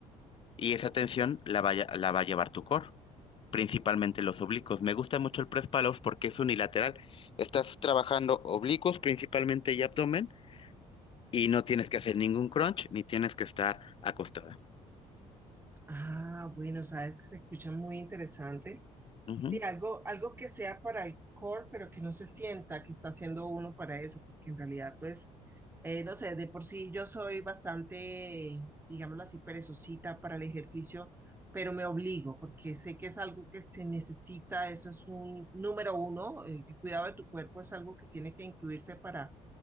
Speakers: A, on the left (about 45°); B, on the right (about 15°).
A: y esa tensión la vaya- la va a llevar tu core principalmente los oblicuos. Me gusta mucho el press pull porque es unilateral. Estás trabajando oblicuos principalmente y abdomen y no tienes que hacer ningún crunch ni tienes que estar acostada.
B: Ah, bueno, sabes que se escucha muy interesante.
A: Ujú.
B: Sí, algo, algo que sea para el core, pero que no se sienta que está haciendo uno para eso, porque en realidad, pues, eh, no sé, de por sí yo soy bastante, digámoslo así, perezosita para el ejercicio, pero me obligo, porque sé que es algo que se necesita, eso es un número uno, el, el cuidado de tu cuerpo es algo que tiene que incluirse para